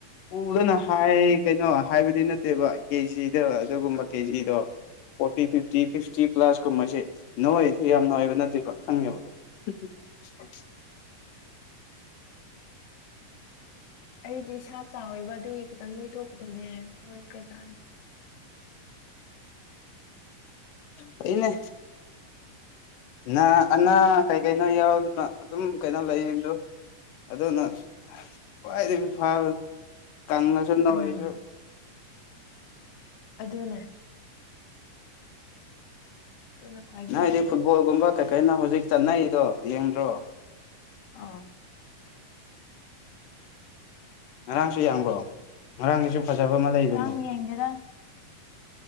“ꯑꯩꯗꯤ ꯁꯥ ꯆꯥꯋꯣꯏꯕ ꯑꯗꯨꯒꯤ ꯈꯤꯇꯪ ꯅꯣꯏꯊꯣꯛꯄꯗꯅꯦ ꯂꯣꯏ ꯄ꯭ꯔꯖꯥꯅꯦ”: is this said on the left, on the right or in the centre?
Left